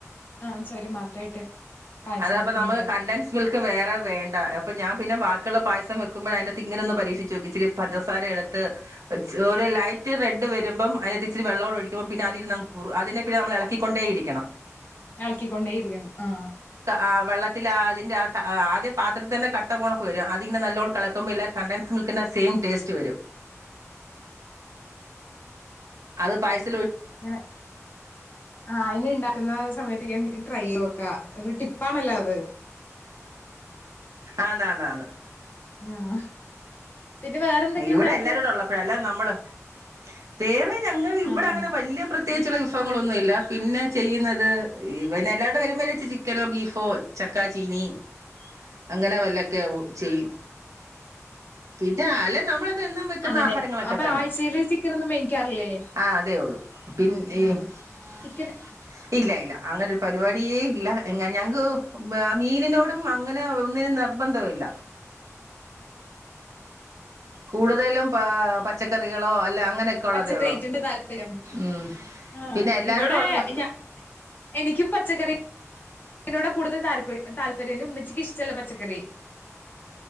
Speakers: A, on the left (about 35°); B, on the right (about 75°).
A: ആഹ് ചൗവ്വരി മാത്രായിട്ട് പായസം
B: അതപ്പ
A: വെക്കുന്നത്
B: നമ്മുക്ക് കണ്ടൻസ് മിൽക്ക് വേറെ വേണ്ട അപ്പ ഞാൻ പിന്നെ ബാക്കിയുള്ള പായസം വെക്കുമ്പോഴതിനാത്ത് ഇങ്ങനൊന്ന് പരീക്ഷിച്ചു നോക്കും ഇച്ചിരി പഞ്ചസാര എടുത്ത് ഒരു ലൈറ്റ് റെഡ് വരുമ്പം അതിനകത്ത് ഇച്ചിരി വെള്ളോട് ഒഴിക്കുമ്പോ പിന്നെ അതിരുങ്ങ് കുറു അതിനെ പിന്നെ നമ്മൾ ഇളക്കിക്കൊണ്ടേ ഇരിക്കണം
A: ഇളക്കിക്കൊണ്ടേ ഇരിക്കണം ആഹ്
B: ആ വെള്ളത്തിൽ അതിന്റെ ആ ആദ്യം പാത്രത്തിതന്നെ കട്ട പോണക്ക് വരും അതിങ്ങനെ നല്ലോണക്കിളക്കുമ്പോ ഇല്ല കണ്ടൻസ് മിൽക്കിന്റെ സെയിം ടേസ്റ്റ് വരും അത് പായസ
A: ങ്ങനെ ആ ഇനി ഇണ്ടാക്കുന്ന സമയത്ത് ഞാൻ ട്രൈ <unintelligible> <unintelligible> ഒരു ടിപ്പാണല്ലോ അത്
B: <inaudible> ആന്നാന്നാന്ന്
A: ആഹ് പിന്നെ വേറെന്തൊക്കെ
B: ഇവിടെ
A: ഇണ്ടാക്കും
B: എല്ലാരൂടെ ഉള്ളപ്പോഴാ അല്ല നമ്മള് വേറെ ഇവിടെ
A: ആഹ്
B: അങ്ങനെ വല്യ <unintelligible> പ്രത്യേകിച്ചുള്ള വിഭവങ്ങളൊന്നുമില്ല പിന്നെ ചെയ്യുന്നത് പിന്നെ എല്ലാവരൂടെ വരുമ്പോ ചിക്കനോ ബീഫോ ചക്കാ ചീനി അങ്ങനെ വല്ലൊക്കെ ചെയ്യും പിന്നെ അല നമ്മള എന്നും വെക്കുന്ന
A: അങ്ങനെ
B: ആഹാരങ്ങളൊക്കെ
A: അപ്പൊ
B: തന്നെ
A: ആഴ്ചയില് ചിക്കനൊന്നും മേടിക്കാറില്ലേ
B: ആ അതേ ഉള്ളൂ പി <unintelligible>
A: ആഹ് ചിക്കൻ
B: ഇല്ല ഇല്ല അങ്ങനെ പരിപാടിയേ ഇല്ല എങ്ങന ഞങ്ങക്ക് മീനിനോടും അങ്ങനെ ഒന്നിനും നിർബന്ധവില്ല കൂടുതലും പ പച്ചക്കറികളോ അല്ല അങ്ങനെയൊക്കെ ഉള്ളതേ
A: പച്ചക്കറി
B: ഉള്ളൂ
A: <unintelligible> താല്പര്യം
B: ഉം
A: ആ
B: പിന്നെ എല്ലാരോടും
A: ഇവിടെ
B: ഉള്ള
A: ഞാ എനിക്കും പച്ചക്കറി <unintelligible> കൂടുതൽ താല്പ താല്പര്യം ന്റെ ഉമ്മച്ചിക്ക് ഇഷ്ടല്ല പച്ചക്കറി <inaudible>